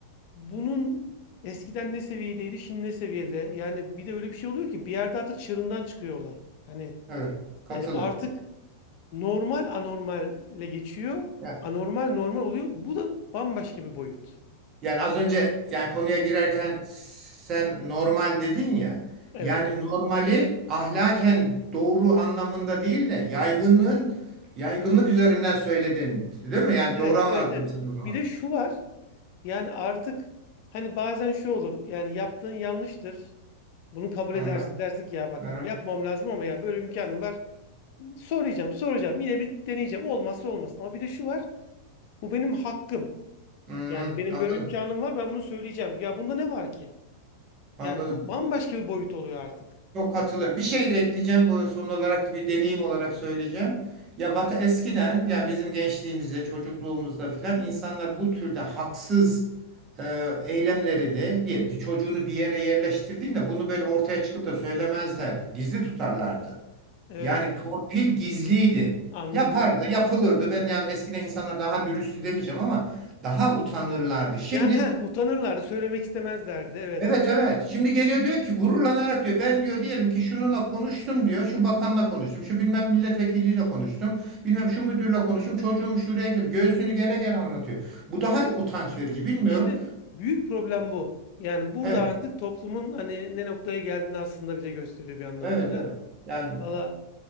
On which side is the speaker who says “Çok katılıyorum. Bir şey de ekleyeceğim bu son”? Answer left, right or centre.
Right